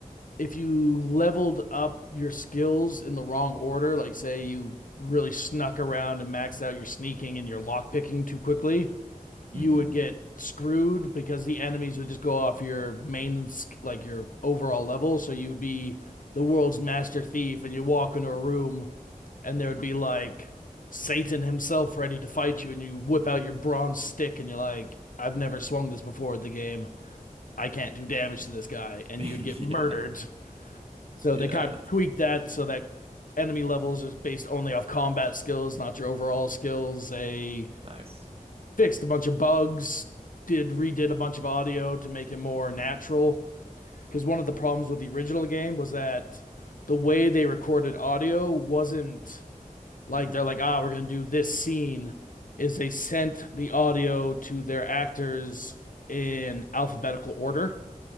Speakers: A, on the left; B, on the right.
A: if you leveled up your skills in the wrong order, like say you really snuck around and maxed out your sneaking and your lockpicking too quickly, you
B: hmm
A: would get screwed because the enemies would just go off your main sk- like your overall level, so you would be the world's master thief and you walk into a room and there would be like Satan himself ready to fight you, and you whip out your bronze stick, and you're like, I've never swung this before at the game. I can't do damage to this guy, and
B: <laughs>
A: you'd get murdered.
B: Yeah.
A: So
B: Yeah.
A: they kind of tweaked that so that enemy levels is based only off combat skills, not your overall skills. They
B: Nice.
A: fixed a bunch of bugs, did redid a bunch of audio to make it more natural. Because one of the problems with the original game was that the way they recorded audio wasn't like they're like, ah, we're gonna do this scene. Is they sent the audio to their actors in alphabetical order